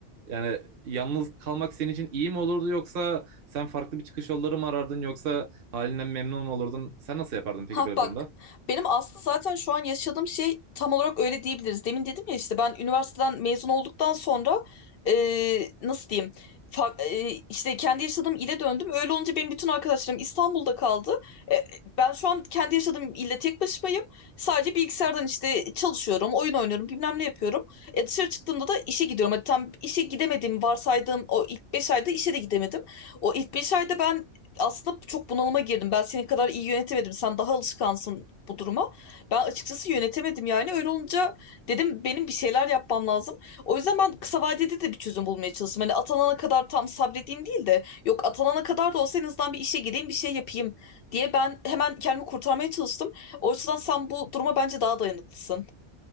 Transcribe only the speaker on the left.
Ha
bak
benim aslında zaten şu an yaşadığım şey tam olarak öyle diyebiliriz. Demin dedim ya işte ben üniversiteden mezun olduktan sonra e, nasıl diyeyim fa- e, işte kendi yaşadığım ile döndüm. Öyle olunca benim bütün arkadaşlarım İstanbul'da kaldı. E, ben şu an kendi yaşadığım ilde tek başımayım. Sadece bilgisayardan işte çalışıyorum, oyun oynuyorum, bilmem ne yapıyorum. E, dışarı çıktığımda da işe gidiyorum. Hadi tam işe gidemediğim varsaydığım o ilk 5 ayda işe de gidemedim. O ilk 5 ayda ben aslında çok bunalıma girdim. Ben senin kadar iyi yönetemedim. Sen daha alışkansın bu duruma. Ben açıkçası yönetemedim yani. Öyle olunca dedim benim bir şeyler yapmam lazım. O yüzden ben kısa vadede de bir çözüm bulmaya çalıştım. Hani atanana kadar tam sabredeyim değil de yok atanana kadar da olsa en azından bir işe gireyim bir şey yapayım diye ben hemen kendimi kurtarmaya çalıştım. O yüzden sen bu duruma bence daha dayanıklısın.